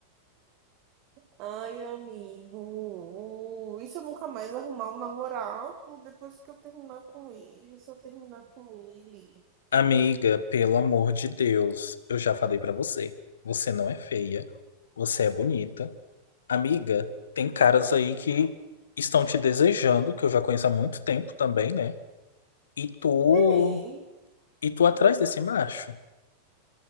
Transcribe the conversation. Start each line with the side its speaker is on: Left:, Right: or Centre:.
Right: Ai, amigo. E se eu nunca mais arrumar um namorado depois que eu terminar com ele? Se eu terminar com ele?
Left: Amiga, pelo amor de Deus, eu já falei pra você. Você não é feia. Você é bonita. Amiga, tem caras aí que estão te desejando, que eu já conheço há muito tempo também, né? E tu.
Right: Quem?
Left: E tu atrás desse macho.